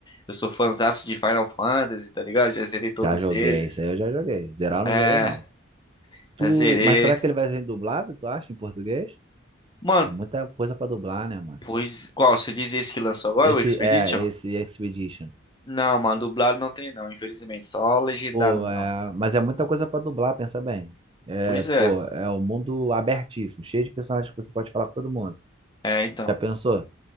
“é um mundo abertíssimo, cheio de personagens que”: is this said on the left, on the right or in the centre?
Right